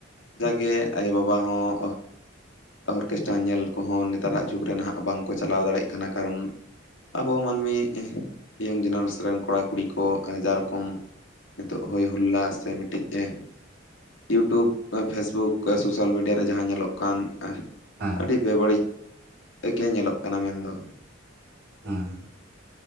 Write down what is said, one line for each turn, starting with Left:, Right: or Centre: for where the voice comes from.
Left: ᱡᱟᱜᱮ ᱟᱭᱳᱼᱵᱟᱵᱟ ᱦᱚᱸᱜ ᱚᱦᱚᱨᱠᱮᱥᱴᱟ ᱧᱮᱞ ᱠᱚᱦᱚᱸ ᱱᱮᱛᱟᱨᱟᱜ ᱡᱩᱜᱽ ᱨᱮ ᱱᱷᱟᱸᱜ ᱵᱟᱝᱠᱚ ᱪᱟᱞᱟᱣ ᱫᱟᱲᱮᱜ ᱠᱟᱱᱟ ᱠᱟᱨᱚᱱ ᱟᱵᱚ ᱢᱟᱹᱱᱢᱤᱜ ᱤᱭᱚᱝ ᱡᱮᱱᱟᱸᱥ ᱨᱮᱱ ᱠᱚᱲᱟ ᱠᱩᱲᱤ ᱠᱚᱜ ᱡᱟ ᱨᱚᱠᱚᱢ ᱱᱤᱛᱚᱜ ᱦᱳᱭ ᱦᱩᱞᱞᱟ ᱥᱮ ᱢᱤᱫᱴᱤᱡ ᱮᱸ ᱭᱩᱴᱩᱵ ᱯᱷᱮᱥᱵᱩᱠ ᱠᱚ ᱥᱳᱥᱟᱞ ᱢᱤᱰᱤᱭᱟ ᱨᱮ ᱡᱟᱦᱟᱸ ᱧᱮᱞᱚᱜ ᱠᱟᱱ ᱮᱸᱦ
Right: ᱦᱮᱸ ᱦᱮᱸ ᱦᱮᱸ
Left: ᱟᱹᱰᱤ ᱵᱮᱵᱟᱹᱲᱤᱡ ᱮᱻᱜᱮ ᱧᱮᱞᱚᱜ ᱠᱟᱱᱟ ᱢᱮᱱᱫᱚ,
Right: ᱦᱩᱸ